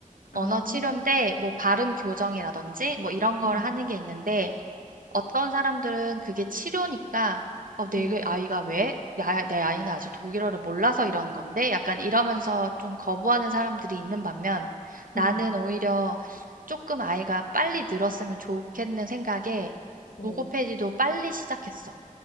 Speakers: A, on the right; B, on the left.
A: 언어
B: 아,
A: 치료인데, 뭐 발음 교정이라든지 뭐 이런 걸
B: 음,
A: 하는 게 있는데, 어떤 사람들은 그게 치료니까 어, 내
B: 음,
A: 아이가 왜? 나, 내 아이는 아직 독일어를 몰라서 이러는 건데 약간 이러면서 좀 거부하는 사람들이 있는 반면 나는
B: 음.
A: 오히려 조금 아이가 빨리 늘었으면 좋겠는 생각에
B: 어.
A: 로고페디도 빨리 시작했어.